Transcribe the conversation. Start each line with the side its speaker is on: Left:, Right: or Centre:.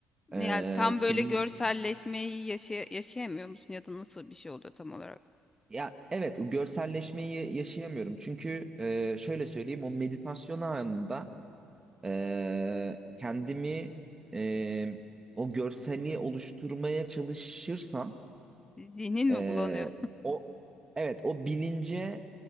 Right: ee,
Left: Yani tam böyle
Right: kırm-
Left: görselleşmeyi yaşay yaşayamıyor musun ya da nasıl bir şey oluyor tam olarak?
Right: ya evet o görselleşmeyi yaşayamıyorum. Çünkü e, şöyle söyleyeyim o meditasyon anında e, kendimi e, o görseli oluşturmaya çalışırsam
Left: Zihnin
Right: e,
Left: mi bulanıyor?
Right: o evet o bilince